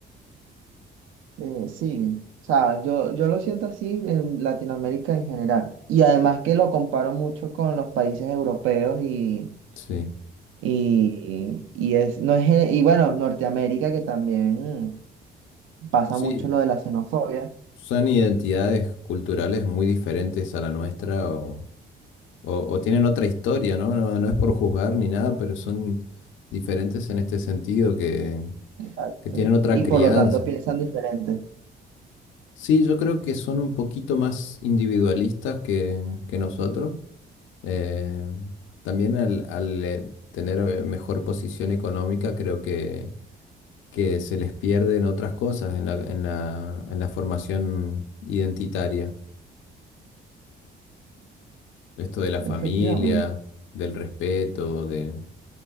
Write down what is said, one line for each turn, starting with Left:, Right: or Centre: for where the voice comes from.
Right: Eh, sí, o sea, yo, yo lo siento así en Latinoamérica en general. Y además que lo comparo mucho con los países europeos y,
Left: Sí.
Right: y, y es, no es, ge- y bueno, Norteamérica que también mm, pasa
Left: Sí,
Right: mucho lo de la xenofobia.
Left: son identidades culturales muy diferentes a la nuestra o, o- o tienen otra historia, ¿no? No, no es por juzgar ni nada, pero son diferentes en este sentido, que,
Right: Exacto.
Left: que tienen otra
Right: Y
Left: crianza.
Right: por lo tanto piensan diferente.
Left: Sí, yo creo que son un poquito más individualistas que, que nosotros. Eh, también al, al, eh, tener eh, mejor posición económica, creo que, que se les pierden otras cosas en la, en la, en la formación identitaria. Esto de la familia,
Right: Efectivamente.
Left: del respeto, de,